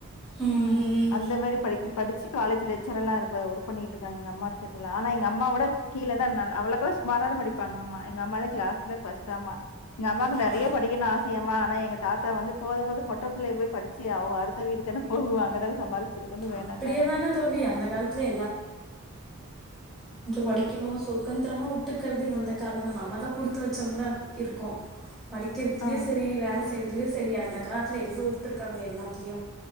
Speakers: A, in the centre; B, on the left.
A: ம்
B: உம் அந்த மாரி படிச்சு காலேஜ் லச்சரல ஒர்க் பண்ணிட்டுக்காங்க எங்க அம்மா ஆனா எங்க அம்மாவோட கீழோன் அவக்கொம் சுமார தான் படிப்பாங்க அமா எ அம்மாான் கிளாஸ் ஆம்மா எங்க அம்மாவுக்கு
A: பா
B: நிறைய படிக்கணும் ஆசையமா ஆனா எங்க தாத்தா வந்து போதும்போது பொட்ட பிள்ளைய போய் படிச்சு ஆகும் அடுத்த வீட்டு தான போகும் அங்கதானே சம்பாரிச்சு கொடுக்கனும்னு வேநான்டாரமா
A: அப்டியேதான தோழி அந்த காலத்துல படிக்கணும் சுகந்திரமா பாதுக்கிறது இந்த
B: ஆ.
A: கால தான் நம்ம தான் குடுத்து வச்சவங்களா இருக்கும் படிக்கிறதுலயும்
B: ஆ,
A: சரி வேலச் செய்றதுலையும் சரி அந்த காலத்துல எங்க விட்டுருக்காங்க எல்லாத்துலயும்